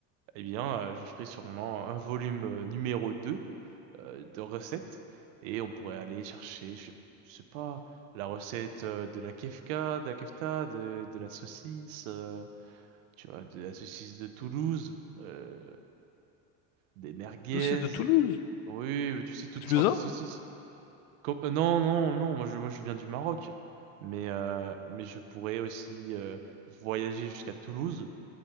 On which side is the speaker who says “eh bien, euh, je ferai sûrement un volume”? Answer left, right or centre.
Right